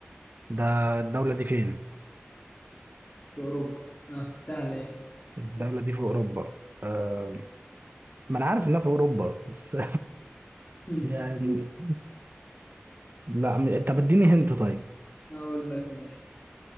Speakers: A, on the right; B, on the left.
A: ده الدولة دي فين؟
B: في اوروبا اه سهلة ايه
A: الدولة دي في أوروبا أه... ما أنا عارف إنها في أوروبا بس
B: <laughs>
A: <laughs> يعني لا م... طب اديني هنت طيب
B: اقول لك ماشي